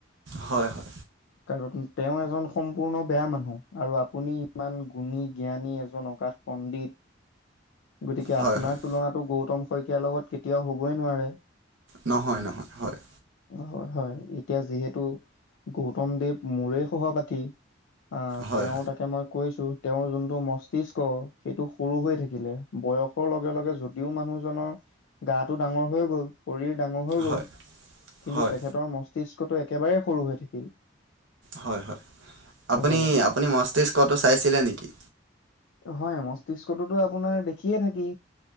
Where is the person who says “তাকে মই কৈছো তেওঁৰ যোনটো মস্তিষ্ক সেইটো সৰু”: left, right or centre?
Left